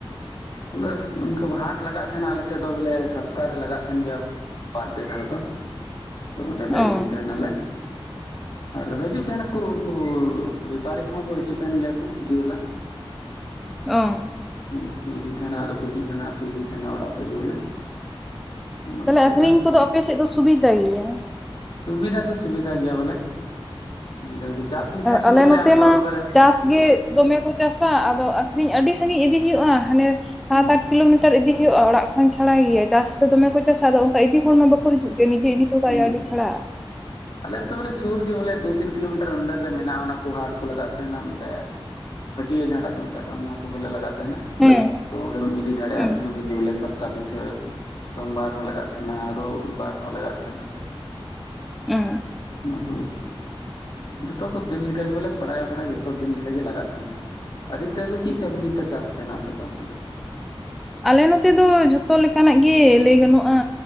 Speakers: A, on the left; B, in the centre.
A: ᱟᱞᱮ ᱥᱮᱫ ᱫᱚ ᱚᱱᱠᱟ ᱦᱟᱴ ᱞᱟᱜᱟᱜ ᱛᱟᱦᱮᱱᱟ ᱟᱞᱮ ᱥᱮᱫ ᱫᱚ ᱵᱚᱞᱮ ᱥᱟᱛᱴᱟ ᱨᱮ ᱞᱟᱜᱟᱜ ᱛᱟᱦᱮᱱ ᱜᱮᱭᱟ᱾ ᱵᱟᱨ ᱯᱮ ᱫᱷᱟᱣ ᱫᱚ ᱟᱫᱚ ᱚᱸᱰᱮᱞᱮ
B: ᱚ
A: ᱤᱫᱤ ᱛᱟᱦᱮᱱᱟ ᱞᱮ᱾
B: <inaudible>
A: ᱟᱨ ᱦᱤᱡᱩᱜ ᱛᱟᱦᱮᱱᱟᱠᱩ ᱩᱱᱠᱩ ᱵᱮᱯᱟᱨᱤ ᱠᱚᱦᱚᱸ ᱠᱚ ᱦᱤᱡᱩᱜ ᱛᱟᱦᱮᱱ ᱜᱮᱭᱟ ᱠᱩ ᱤᱫᱤᱵᱟᱞᱟ᱾
B: ᱚᱸ᱾
A: ᱩᱱᱠᱩ ᱠᱚ ᱤᱫᱤ ᱛᱟᱦᱮᱱᱟ ᱟᱫᱚ ᱠᱚ ᱦᱤᱡᱩᱜ ᱛᱟᱦᱮᱱᱟ ᱟᱨ ᱠᱚ ᱤᱫᱤ ᱛᱟᱦᱮᱱᱟ ᱚᱲᱟᱜ ᱠᱷᱚᱡ ᱜᱮ ᱵᱚᱞᱮ᱾ ᱮᱢᱟ
B: ᱛᱟᱦᱚᱞᱮ
A: ᱠᱚ ᱠᱷᱟᱡ
B: ᱟᱠᱷᱨᱤᱧ
A: ᱫᱚ
B: ᱠᱚᱫᱚ ᱟᱯᱮᱥᱮᱫ ᱫᱚ ᱥᱩᱵᱤᱫᱟ ᱜᱮᱭᱟ᱾
A: ᱥᱩᱵᱤᱫᱟ ᱛᱚ ᱥᱩᱵᱤᱫᱷᱟ ᱜᱮᱭᱟ ᱵᱚᱞᱮ, ᱥᱩᱵᱤᱫᱷᱟ ᱜᱮᱭᱟ ᱪᱟᱥ ᱞᱮᱠᱷᱟᱱ
B: ᱟᱞᱮ
A: ᱜᱮ ᱵᱚᱞᱮ
B: ᱱᱚᱛᱮ
A: ᱟᱢ
B: ᱢᱟ
A: ᱫᱚ ᱵᱚᱨᱮ
B: ᱪᱟᱥ ᱜᱮ ᱫᱚᱢᱮ ᱠᱚ ᱪᱟᱥᱟ ᱟᱫᱚ ᱟᱹᱠᱷᱨᱤᱧ ᱟᱹᱰᱤ ᱥᱟᱺᱜᱤᱧ ᱤᱫᱤ ᱦᱩᱭᱩᱜᱼᱟ ᱦᱟᱱᱮ ᱥᱟᱛ
A: ᱦᱩᱸ
B: ᱟᱴ ᱠᱤᱞᱳᱢᱤᱴᱟᱨ ᱤᱫᱤ ᱦᱩᱭᱩᱜᱼᱟ ᱚᱲᱟᱜ ᱠᱷᱚᱱ ᱪᱷᱟᱲᱟ ᱜᱮᱭᱟ ᱪᱟᱥ ᱫᱚ ᱫᱚᱢᱮ ᱠᱚ ᱪᱟᱥᱟ ᱟᱫᱚ ᱚᱱᱠᱟ ᱤᱫᱤ ᱦᱚᱲ ᱢᱟ ᱵᱟᱠᱚ ᱦᱤᱡᱩᱜ ᱜᱮᱭᱟ ᱱᱤᱡᱮ ᱤᱫᱤ ᱦᱚᱴᱚ ᱠᱟᱜ
A: ᱦᱩᱸ
B: ᱦᱩᱭᱩᱜᱼᱟ ᱟᱹᱰᱤ ᱪᱷᱟᱲᱟ᱾
A: ᱟᱞᱮ ᱟᱹᱛᱩ ᱵᱚᱞᱮ ᱥᱩᱨ ᱜᱮ ᱵᱚᱞᱮ ᱫᱩ ᱛᱤᱱ ᱠᱤᱞᱳᱢᱤᱴᱟᱨ ᱟᱱᱰᱟᱨ ᱨᱮ ᱢᱮᱱᱟᱜᱼᱟ ᱚᱱᱟ ᱠᱚ ᱦᱟᱴ ᱠᱚ ᱞᱟᱜᱟᱜ ᱛᱟᱦᱮᱱᱟ ᱵᱚᱞᱮ᱾ ᱦᱟᱹᱴᱭᱟᱹ ᱡᱟᱦᱟᱸᱴᱟᱜ ᱠᱚ ᱢᱮᱛᱟᱜ ᱠᱟᱱ ᱚᱱᱟ ᱠᱚ ᱵᱚᱞᱮ ᱞᱟᱜᱟᱜ ᱛᱟᱦᱮᱱᱟ
B: ᱦᱮᱸ
A: ᱛᱚ ᱚᱸᱰᱮᱢ ᱤᱫᱤ ᱫᱟᱲᱮᱜᱼᱟ
B: ᱦᱮᱸ
A: ᱥᱩᱨ ᱨᱮᱜᱮ ᱵᱚᱞᱮ ᱥᱟᱯ ᱛᱟ ᱯᱤᱪᱷᱟᱹ ᱥᱚᱢᱵᱟᱨ ᱦᱚᱸ ᱞᱟᱜᱟᱜ ᱛᱟᱦᱮᱱᱟ ᱨᱳᱵ ᱵᱟᱨ ᱦᱚᱸ ᱞᱟᱜᱟᱜ ᱛᱟᱦᱮᱱᱟ᱾
B: ᱚ᱾
A: ᱚᱱᱟ ᱠᱚ ᱡᱚᱛᱚ ᱠᱚ ᱫᱤᱱ ᱞᱮᱠᱟ ᱜᱮ ᱵᱚᱞᱮ ᱯᱨᱟᱭ ᱯᱨᱟᱭ ᱡᱚᱛᱚ ᱫᱤᱱ ᱞᱮᱠᱟᱜᱮ ᱞᱟᱜᱟᱜ ᱛᱟᱦᱮᱱᱟ᱾ ᱟᱫᱷᱤᱠᱛᱟ ᱫᱚ ᱪᱮᱫ ᱪᱟᱵᱽᱡᱤ ᱯᱮ ᱪᱟᱥ ᱛᱟᱦᱮᱱᱟ ᱟᱯᱮ ᱫᱚ ᱚᱱᱛᱮ ᱫᱚ?
B: ᱟᱞᱮ ᱱᱚᱛᱮ ᱫᱚ ᱡᱷᱚᱛᱚ ᱞᱮᱠᱟᱱᱟᱜ ᱜᱮ ᱞᱟᱹᱭ ᱜᱟᱱᱚᱜᱼᱟ᱾